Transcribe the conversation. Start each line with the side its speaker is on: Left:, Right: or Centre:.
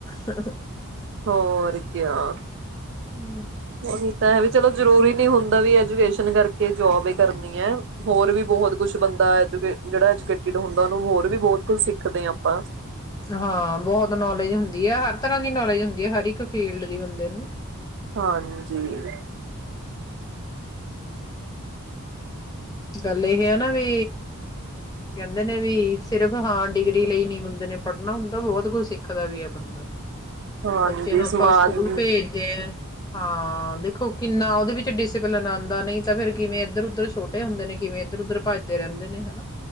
Left: <inaudible>
Right: ਹੋਰ ਕਿਆ
Left: ਹੂੰ
Right: ਉਹੀ ਤਾਂ ਵੀ ਚਲੋ ਜਰੂਰੀ ਨੀ ਹੁੰਦਾ ਵੀ ਐਜੂਕੇਸ਼ਨ ਕਰਕੇ ਜੋਬ ਇ ਕਰਨੀ ਏ। ਹੋਰ ਵੀ ਬਹੁਤ ਕੁਛ ਬੰਦਾ ਐਜੂਕੇ ਜਿਹੜਾ ਐਜੂਕੇਟ ਜਦੋ ਹੁੰਦਾ ਉਹਨੂੰ ਹੋਰ ਵੀ ਬਹੁਤ ਕੁੱਝ ਸਿੱਖਦੇ ਹਾਂ ਆਪਾਂ
Left: ਹਾਂ ਬਹੁਤ ਨੌਲੇਜ ਹੁੰਦੀ ਹੈ, ਹਰ ਤਰ੍ਹਾਂ ਦੀ ਨੌਲੇਜ ਹੁੰਦੀ ਹੈ, ਹਰ ਇੱਕ ਫੀਲਡ ਦੀ ਬੰਦੇ ਨੂੰ
Right: ਹਾਂਜੀ
Left: ਹਮ
Right: <inaudible>
Left: ਗੱਲ ਇਹ ਆ ਨਾ ਵੀ ਕਹਿੰਦੇ ਨੇ ਵੀ ਸਿਰਫ਼ ਹਾਂ ਡਿਗਰੀ ਲਈ ਨੀ ਬੰਦੇ ਨੇ ਪੜ੍ਹਨਾ ਹੁੰਦਾ ਬਹੁਤ ਕੁਝ ਸਿੱਖਦਾ ਵੀ ਹੈ ਬੰਦਾ
Right: ਹਾਂਜੀ
Left: ਬੱਚੇ ਨੂੰ
Right: ਸਮਾਜ
Left: ਆਪਾਂ ਸਕੂਲ ਭੇਜਦੇ ਹ ਹਾਂ ਦੇਖੋ ਕਿੰਨਾ ਉਹਦੇ ਵਿੱਚ ਡਿਸਪਲਿਨ ਆਉਂਦਾ ਨਹੀਂ ਤਾਂ ਫਿਰ ਕਿਵੇ ਇੱਧਰ ਉੱਧਰ ਛੋੇ ਹਦੇ ਨੇ ਕਿਵੇਂ ਇਧਰ ਉਧਰ ਭੱਜਦੇ ਰਿੰਦੇ ਦੇ ਨੇ ਹਨਾ